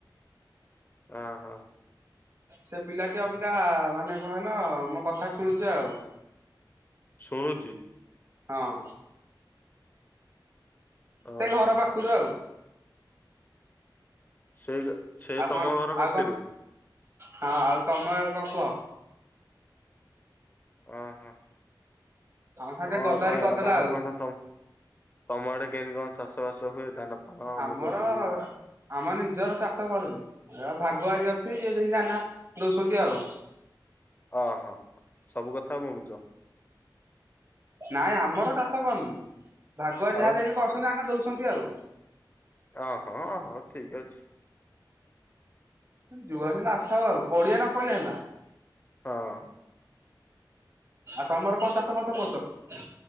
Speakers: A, on the left (about 25°); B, on the right (about 35°).
A: ଅ ହ।
B: ସେ ପିଲାଟି ଅବିକା ମାନେ କଁ କହିଲ ମୋ କଥା ଶୁଣୁଛି ଆଉ।
A: ସୁଣୁଛି।
B: ହଁ।
A: ଓହୋ
B: ସେଇ ଘର ପାଖରୁ ଆଉ।
A: ସେ ଟୋ ସେଇ
B: ଆଉ
A: ତମ
B: କଣ
A: ଘର କତିରୁ।
B: ଆଉ କଣ ହଁ ଆଉ ତମ କଁ କୁହ।
A: ଅ ହ।
B: ଆମ ସାଙ୍ଗେ
A: କଣ
B: ଗଦାରି
A: କହିବା
B: କରିଦେଲା
A: ଧାନ
B: ଆଉ
A: ଫାନ ତମ ତମ୍ ଆଡେ କେମିତି କଁ ଚାଷ ବାସ ହୁଏ ଧାନ। ଫାନ
B: ଆମର।
A: ମୁଗ ଫୁଗି
B: ଆମ ନିଜର ଚାଷ କରୁନୁ ଏଆ ଭାଗୁଆାରୀ ଅଛି ଯିଏ ଯେମତି ଧାନ ଦଉଛନ୍ତି ଆଉ।
A: ଅ ହ ସବୁ କଥା ବୁଣୁଛ।
B: ନାଇଁ ଆମର ଚାଷ କରିନୁ ଭାଗୁଆରୀ ଯାହା
A: ଆଉ
B: ଯେତି କରୁଛନ୍ତି ଧାନ ଦଉଛନ୍ତି ଆଉ।
A: ଅ ହ ହଉ ଠିକ ଅଛି।
B: ଯୁଆଡୁ ହେଲେ ଆସୁ ଥାଉ ଆଉ ପଡିଆ ନ ପଇଲେ ହେଲା।
A: ହଁ।
B: ଆଉ ତମର କଣ ଚାଷ ଫାସ କରୁଛ।